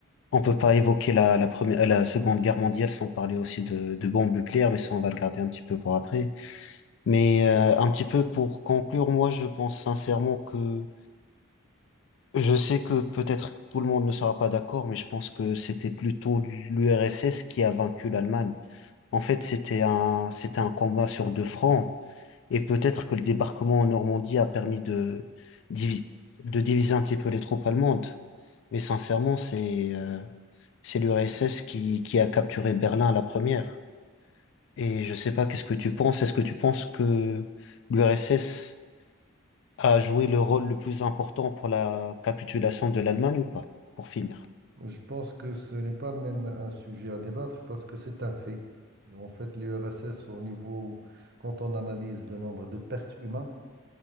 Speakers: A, on the left (about 60°); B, on the right (about 50°).
A: On peut pas évoquer la, la première, la Seconde Guerre mondiale sans parler aussi de, de bombes nucléaires, mais ça, on va le garder un petit peu pour après. Mais euh, un petit peu pour conclure, moi, je pense sincèrement que je sais que peut-être tout le monde ne sera pas d'accord, mais je pense que c'était plutôt l'URSS qui a vaincu l'Allemagne. En fait, c'était un, c'était un combat sur deux fronts, et peut-être que le débarquement en Normandie a permis de, divi- de diviser un petit peu les troupes allemandes. Mais sincèrement, c'est euh, c'est l'URSS qui, qui a capturé Berlin à la première. Et je sais pas, qu'est-ce que tu penses? Est-ce que tu penses que l'URSS a joué le rôle le plus important pour la capitulation de l'Allemagne ou pas? Pour finir.
B: Je pense que ce n'est pas même un sujet à débattre parce que c'est un fait. En fait, l'URSS, au niveau, quand on analyse le nombre de pertes humaines,